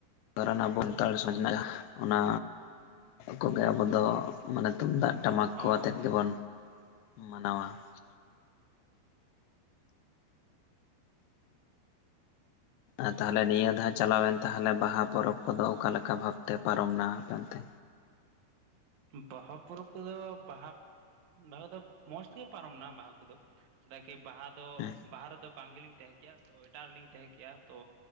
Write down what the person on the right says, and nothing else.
ᱦᱳᱭ
ᱦᱳᱭ
ᱵᱟᱦᱟ ᱯᱚᱨᱚᱵ ᱠᱚᱫᱚ ᱵᱟᱦᱟ ᱵᱟᱦᱟ ᱫᱚ ᱢᱚᱡᱽ ᱛᱮᱜᱮ ᱯᱟᱨᱚᱢᱱᱟ ᱵᱟᱦᱟ ᱠᱚᱫᱚ᱾ ᱪᱮᱫᱟᱜ ᱠᱤ ᱵᱟᱦᱟ ᱫᱚ
ᱵᱟᱦᱟ ᱨᱮᱫᱚ ᱵᱟᱝ ᱜᱮᱞᱤᱧ ᱛᱟᱦᱮᱸ ᱠᱮᱜᱼᱟ ᱛᱚ ᱮᱴᱟᱜ ᱨᱮᱞᱤᱧ ᱛᱟᱦᱮᱸ ᱠᱮᱼᱟ ᱛᱚ